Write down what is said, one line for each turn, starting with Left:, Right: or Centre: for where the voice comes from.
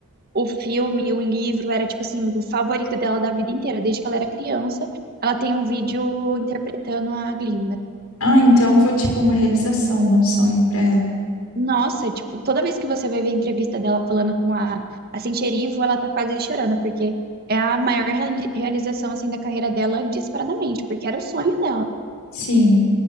Right: o filme, o livro, era tipo assim, o favorito dela da vida inteira, desde que ela era criança. Ela tem um vídeo interpretando a Glinda.
Left: Ah, então foi tipo uma realização de um sonho para ela.
Right: Nossa, tipo, toda vez que você vai ver a entrevista dela falando com a, a Centerivo, ela tá quase chorando, porque é a maior reali- realização, assim, da carreira dela disparadamente, porque era o sonho dela.
Left: Sim.